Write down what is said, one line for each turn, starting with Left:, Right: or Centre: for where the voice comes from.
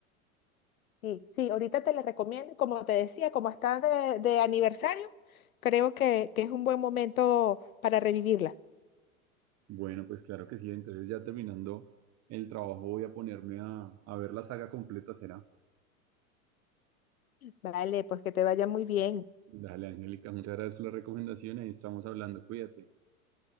Left: Sí, sí, ahorita te las recomiendo, y como te decía, como está de, de aniversario, creo que, que es un buen momento para revivirla.
Right: Bueno, pues claro que sí, entonces ya terminando el trabajo voy a ponerme a, a ver la saga completa, será.
Left: Vale, pues que te vaya muy bien.
Right: Dale, Angélica, muchas gracias por la recomendación y ahí estamos hablando, cuídate.